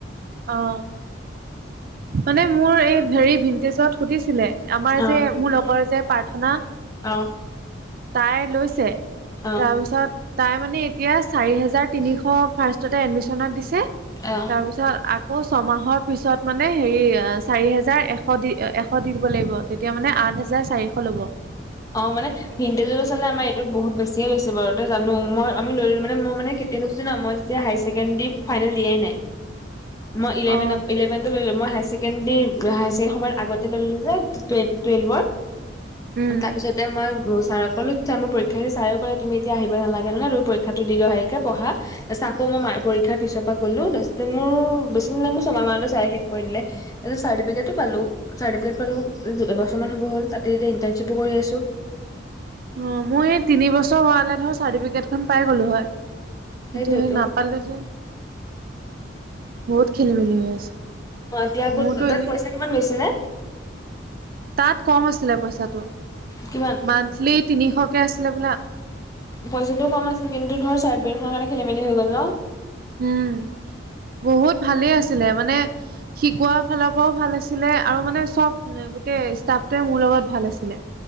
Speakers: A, on the right; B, on the left.
A: অঁ। মানে মোৰ এই হেৰি ভিন্টেজত সুধিছিলে আমাৰ
B: অ
A: যে মোৰ লগৰ যে প্ৰাৰ্থনা!
B: অ
A: তাই লৈছে,
B: অ
A: তাৰপিছত তাই মানে এতিয়া চাৰি হাজাৰ তিনিশ ফাৰ্ষ্টতে এডমিশ্যনত দিছে,
B: অ।
A: তাৰপিছত আকৌ ছমাহৰ পিছত, মানে হেৰি চাৰি হেজাৰ এশ দি এশ দি দিব লাগিব, তেতিয়া মানে আঠ হাজাৰ চাৰিশ ল'ব।
B: অ মানে ভিনটেজলে চালে আমাৰ এইটোত বহুত বেছিয়ে লৈছে বাৰু ত জানো মই আমি লৈ ললো মানে মই মানে কেতিয়া লৈছোঁ যান মই তেতিয়া হায়াৰ ছেকেণ্ডাৰী ফাইনেল দিয়াই নাই, মই ইলেভেন
A: অ
B: ইলেভেনতে ললোঁ মই হায়াৰ ছেকে ছেকেণ্ডী হায়াৰ ছেকেণ্ডাৰী সময়ত আগতে লৈ ললো যে টু টুৱেলভ
A: উম
B: তাৰ পিছতে মই ছাৰক কলোঁ ছাৰ মোৰ পৰীক্ষাটো ছাৰেও কলে তুমি এতিয়া আহিব নালাগে নহয় তুমি পৰীক্ষাটো দি লোৱা ভালকে পঢ়া তাৰপিছত আকৌ মই মা পৰীক্ষাৰ পিছৰ পৰা গ'লো তাৰপিছতে মোৰ বেছি দিন মোৰ ছমাহ মানতে চাই শেষ কৰি দিলে তাৰপিছত চাৰ্টিফিকেটো পালো চাৰ্টিফিকেট পালোঁ এবছৰমান হ'ব হ'ল তাতে এতিয়া ইণ্টাৰ্নশ্বিপো কৰি আছো।
A: অ মই এই তিনি বছৰ হোৱা হলে ধৰ চাৰ্টিফিকেট খন পাই গলো হয়,
B: সেইটোৱেতো
A: কিন্তু সেই নাপ পালোঁ যে। বহুত খেলি মেলি হৈ আছে,
B: অ এতিয়া ক'ত
A: মোৰটো
B: তাত
A: এনেই
B: পইচা কিমান গৈছিলে
A: তাত কম আছিলে পইচাটো।
B: কিমান
A: মান্থলী তিনিশকে আছিলে হবলা
B: পইচাটো কম আছিল কিন্তু ধৰ চাৰ্টিফিকেট খনৰ কাৰণে খেলি-মেলি হৈ গ'ল ন?
A: উম বহুত ভালেই আছিলে মানে শিকোৱা ফালৰ পৰাও ভাল আছিলে আৰু মানে চব গোটেই ষ্টাফটোৱে মোৰ লগত ভাল আছিলে